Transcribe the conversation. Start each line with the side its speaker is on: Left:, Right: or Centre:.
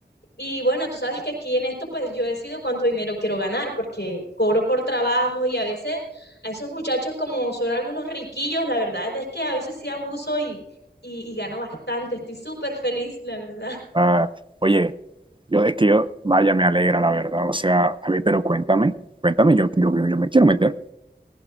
Left: Y bueno, tú sabes que aquí en esto, pues yo decido cuánto dinero quiero ganar, porque cobro por trabajo y a veces a esos muchachos, como son algunos riquillos, la verdad es que a veces sí abuso y, y, y gano bastante. Estoy súper feliz, la verdad. <laughs>
Right: Ah, oye, yo es que yo, vaya, me alegra la verdad. O sea, a ver, pero cuéntame, cuéntame, yo, yo, yo, yo me quiero meter.